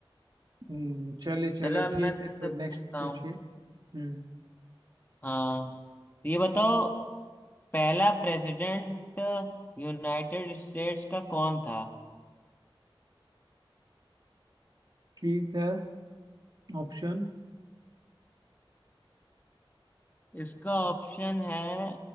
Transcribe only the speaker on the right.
हम्म चलिए चलिए
ठीक
है तो
नेक्स्ट पूछिए
हम्म
ठीक है ऑप्शन